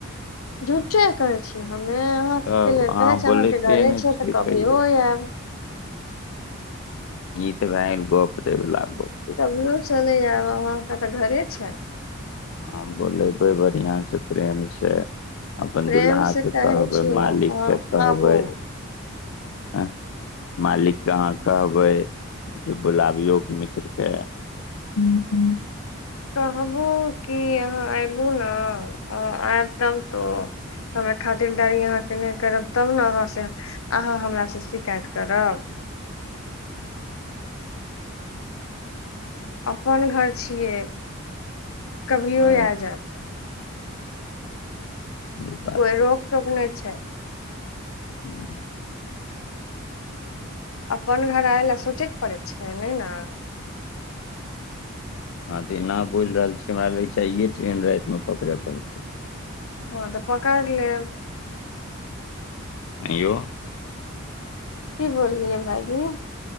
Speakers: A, on the left; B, on the left.
A: झूठे कहे छीयै हमे, अहाँ
B: तब
A: के लेल कहे छी
B: बोलैते
A: अहाँ के घरे
B: ने
A: छिय
B: छियै
A: तऽ कभियो
B: कहियो
A: ऐब।
B: ई तऽ भैन गप देबला गप।
A: कभियौ चलै आब अहाँके तऽ घरे छै।
B: हॉं बोलेबै बढ़िआं से प्रेम से। अपन
A: प्रेम
B: दुल्हाके
A: से कहै
B: कहबै,
A: छियौ
B: मालिकके
A: अहाँ
B: कहबै
A: आबू
B: हं। मालिक के अहाँ कहबै, जे बोलाबियौ मित्रके।
A: <inaudible> कहबू कि अहाँ एबू ने आयब तब तो। हमे खातिरदारी अहाँके नहि करब, तब ने अहाँ से अहाँ हमरा से शिकायत करब। अपन घर छियै कभियो
B: हँ
A: आ जाब।
B: ई बात
A: कोइ
B: तऽ
A: रोक टोक नै छैय।
B: ह।
A: अपन घर आय लए सोचैत पड़ै छैय नै न।
B: अहाँ त एना बोइल रहल छियै हमरा लगै छैय आइए ट्रेन राइतमे पकड़य पड़तै।
A: हॉं त पकड़ लेब।
B: आंय यौ।
A: की बोललियै भाइजी।